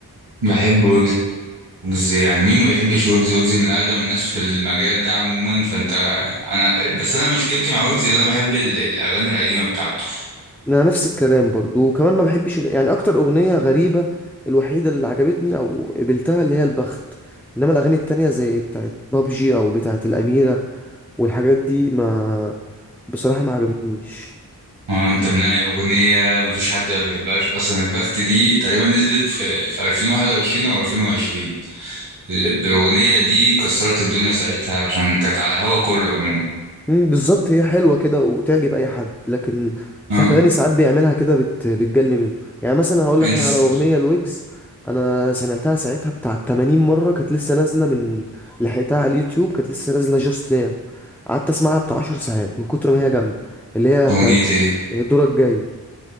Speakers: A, on the right (about 85°); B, in the centre.
A: بحب ويجز ويجز يعني مين ما بيحبش ويجز ويجز من اقدم الناس في المجال ده عموما فانت انا بس انا مشكلتي مع ويجز ان انا بحب ال- الاغاني القديمه بتاعته
B: أنا نفس الكلام برضو وكمان ما بحبش ال- يعني أكتر أغنية غريبة الوحيدة اللي عجبتني أو قبلتها اللي هي البخت إنما الأغاني التانية زي بتاعت بابجي أو بتاعت الأميرة والحاجات دي ما بصراحة ما عجبتنيش
A: اه انت منقي الاغنيه مفيش حد ما بيحبهاش اصلا البخت دي تقريبا نزلت في في 2021 او 2020 ال- بالاغنيه دي كسرت الدنيا ساعتها عشان كانت على هوا كله عموما
B: مم، بالظبط هي حلوه كده وتعجب اي حد لكن في
A: اه
B: اغاني ساعات بيعملها كده بت... بتجلي منه يعني مثلا هقول
A: انت
B: لك انا
A: س...
B: على اغنيه لويجز انا سمعتها ساعتها بتاع 80 مره كانت لسه نازله من لحقتها على اليوتيوب كانت لسه نازله جاست ناو قعدت اسمعها بتاع 10 ساعات من كتر ما هي جامده اللي هي
A: اغنيه
B: بتاع
A: ايه
B: دورك جاي